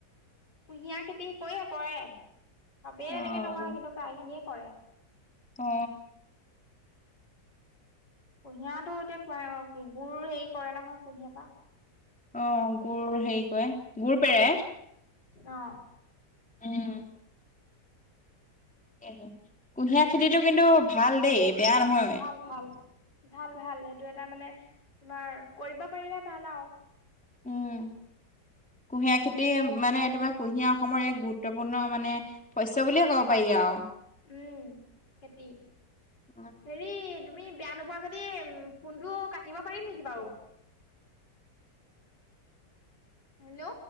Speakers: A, on the left; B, in the centre.
A: কুঁহিয়াৰ খেতি কয়ে কৰে চবেই
B: অ'।
A: এনেকে নকৰে কিন্তু প্ৰায় খিনিয়ে কৰে।
B: অ।
A: কুঁহিয়াটো এতিয়া কোৱা অ গুুৰ হেৰি কৰে নহয় কুঁহিয়া পা
B: অ', গুুৰ হেই কয় গুুৰ পেৰে।
A: অ।
B: উম। কেহে কুঁহিয়াৰ খেতিটো কিন্তু ভাল দেই বেয়া নহয়।
A: ভাল ভাল ভাল ভাল সেইটো এটা মানে তোমাৰ কৰিব পাৰিলে ভাল আউ
B: উম। কুঁহিয়াৰ খেতি মানে তোমাৰ কুঁহিয়াৰ অসমৰ এক গুৰুত্বপূৰ্ণ মানে শস্য বুলিয়ে ক'ব পাৰি আউ
A: উম খেতি।
B: এই
A: হেৰি তুমি বেয়া নোপোৱা যদি ফোনটো কাটিব পাৰিম নেকি বাউ হেল্লো।